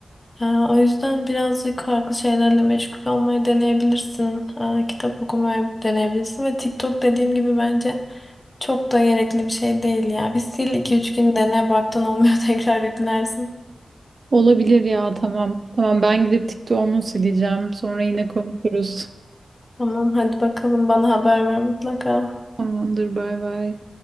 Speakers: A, on the left; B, on the right.
A: e, o yüzden birazcık farklı şeylerle meşgul olmayı deneyebilirsin. E, kitap okumayı deneyebilirsin ve TikTok dediğim gibi bence çok da gerekli bir şey değil ya. Bir sil iki üç gün dene baktın olmuyor <laughs> tekrar yüklersin.
B: Olabilir ya tamam. Tamam ben gidip TikTok'umu sileceğim. Sonra yine konuşuruz.
A: Tamam hadi bakalım bana haber ver mutlaka.
B: Tamamdır bay bay.